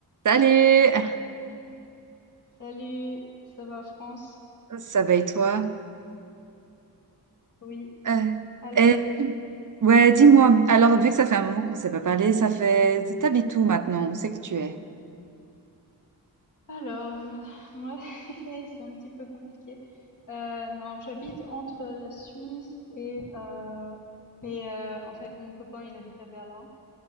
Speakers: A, on the right (about 50°); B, on the left (about 50°).
A: Salut!
B: Salut, ça va France?
A: Ça va et toi?
B: Oui.
A: Euh,
B: Alors,
A: eh, ouais, dis-moi. Alors, vu que ça fait un moment qu'on ne s'est pas parlé, ça fait... T'habites où maintenant? Où c'est que tu es?
B: alors, ma- <laughs> moi, <laughs> c'est un petit peu compliqué. Euh, non, j'habite entre la Suisse et euh, et euh, en fait, mon copain, il habite à Berlin